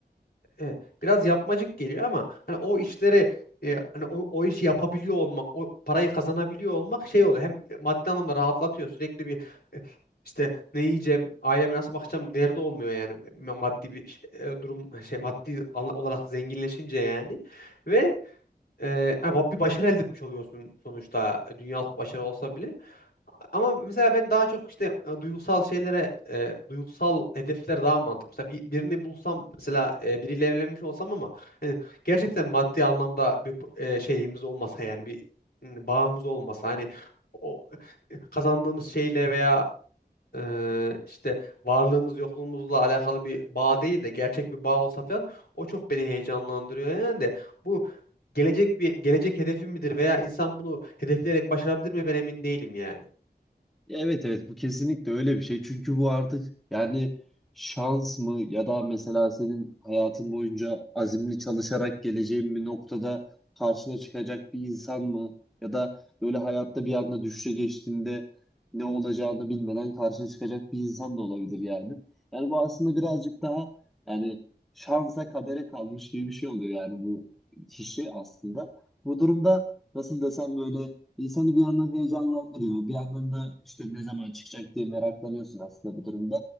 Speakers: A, on the left; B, in the centre.
A: E, biraz yapmacık geliyor ama hani o işlere e, hani o, o işi yapabiliyor olmak, o parayı kazanabiliyor olmak şey oluyor. Hem maddi anlamda rahatlatıyor. Sürekli bir e, işte ne yiyeceğim, aileme nasıl bakacağım derdi olmuyor yani maddi bir ş- e, durum <laughs> şey maddi al- olarak zenginleşince yani ve e, ama bir başarı elde etmiş oluyorsun sonuçta dünyalık bir başarı olsa bile. Ama mesela ben daha çok işte e, duygusal şeylere, e, duygusal hedefler daha mantıklı. Mesela bir, birini bulsam mesela e, biriyle evlenmiş olsam ama hani gerçekten maddi anlamda bir e, şeyimiz olmasa yani bir m, bağımız olmasa hani o e, kazandığımız şeyle veya e, işte varlığımız yokluğumuzla alakalı bir bağ değil de gerçek bir bağ olsa falan o çok beni heyecanlandırıyor yani de bu gelecek bir gelecek hedefim midir veya insan bunu hedefleyerek başarabilir mi ben emin değilim yani.
B: Ya Evet evet bu kesinlikle öyle bir şey. Çünkü bu artık yani şans mı ya da mesela senin hayatın boyunca azimli çalışarak geleceğin bir noktada karşına çıkacak bir insan mı ya da böyle hayatta bir anda düşüşe geçtiğinde ne olacağını bilmeden karşına çıkacak bir insan da olabilir yani. Yani bu aslında birazcık daha yani şansa kadere kalmış gibi bir şey oluyor yani bu kişi aslında. Bu durumda nasıl desem böyle İnsanı bir yandan heyecanlandırıyor. Bir yandan da işte ne zaman çıkacak diye meraklanıyorsun aslında bu durumda.